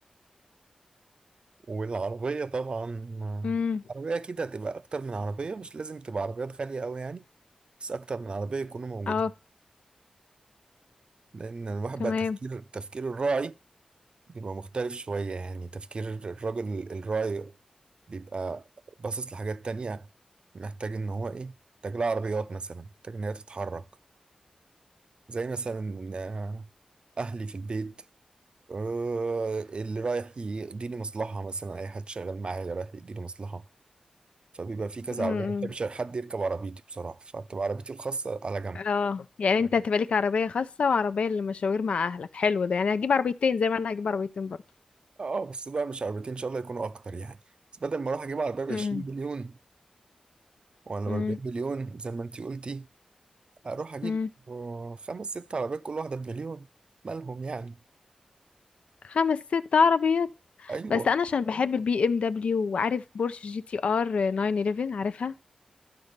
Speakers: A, on the right; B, on the left.
A: والعربية طبعا
B: مم.
A: عربية كده هتبقى اكتر من عربية مش لازم تبقى عربيات غالية قوي يعني بس اكتر من عربيه يكونوا موجودين
B: اه
A: لأن الواحد
B: تمام
A: بقى تفكير تفكير الراعي بيبقى مختلف شوية يعني تفكير الراجل الراعي بيبقى باصص لحاجات تانية محتاج إن هو إيه محتاج لها عربيات مثلا محتاج إن هي تتحرك زي مثلا آه، أهلي في البيت آه، اللي رايح يقضي لي مصلحة مثلا أي حد شغال معايا رايح يقضي لي مصلحة فبيبقى في كذا
B: مم.
A: عربية أنا ما بحبش حد يركب عربيتي بصراحة فبتبقى عربيتي الخاصة على جنب
B: اه يعني انت هتبقى ليك عربية خاصة وعربية للمشاوير مع اهلك حلو ده يعني هجيب عربيتين زي ما انا هجيب عربيتين برضه
A: اه بس بقى مش عربيتين إن شاء الله يكونوا أكتر يعني بس بدل ما أروح أجيب عربية ب
B: امم
A: 20 مليون وانا
B: مم.
A: ب 40 مليون زي ما انت قلتي اروح اجيب
B: مم.
A: خمس ست عربيات كل واحده بمليون مالهم يعني
B: خمس ست عربيات
A: ايوه
B: بس انا عشان بحب البي ام دبليو وعارف بورش جي تي ار 911 عارفها